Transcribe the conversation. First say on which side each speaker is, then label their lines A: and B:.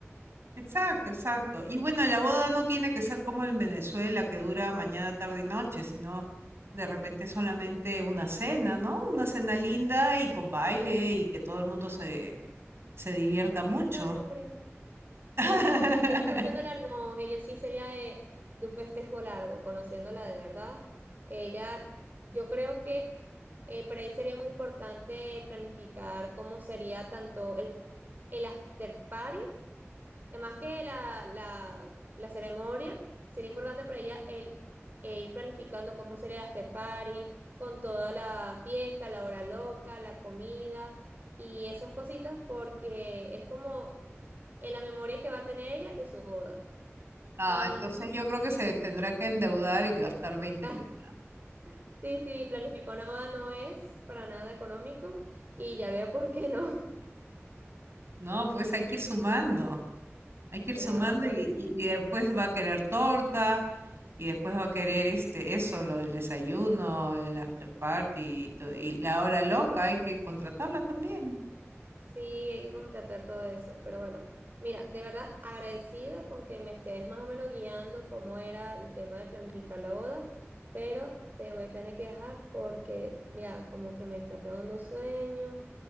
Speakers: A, on the right (about 60°); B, on the right (about 45°).
A: Exacto, exacto. Y bueno, la boda no tiene que ser como en Venezuela, que dura mañana, tarde y noche, sino de repente solamente una cena, ¿no? Una cena linda y con baile
B: No creo.
A: y que todo el mundo se, se divierta
B: Eso
A: mucho.
B: no lo creo.
A: <laughs>
B: No. Yo conociéndola, no. Ella sí sería de, de un festejo largo, conociéndola de verdad. Ella, yo creo que eh, para ahí sería muy importante planificar cómo sería tanto el, el after party Además que la, la, la ceremonia sería importante para ella el, e ir planificando cómo sería el after party, con toda la fiesta, la hora loca, la comida y esas cositas, porque es como en la memoria que va a tener ella de su boda.
A: Ah,
B: Y
A: entonces yo creo que se tendrá
B: <laughs>
A: que endeudar y gastar veinte
B: ah,
A: mil.
B: sí, sí, planificó una boda no es para nada económico y ya veo por qué no.
A: No, pues hay que ir sumando, hay que ir
B: <laughs> Claro,
A: sumando
B: pero
A: y, y- y después va a querer torta y después va a querer este eso, lo del desayuno, el after party y, todo, y la hora loca, hay que contratarla también.
B: Sí, hay que contratar todo eso, pero bueno, mira, de verdad agradecida con que me estés más o menos guiando cómo era el tema de planificar la boda, pero te voy a tener que dejar porque, mira, como que me está pegando sueño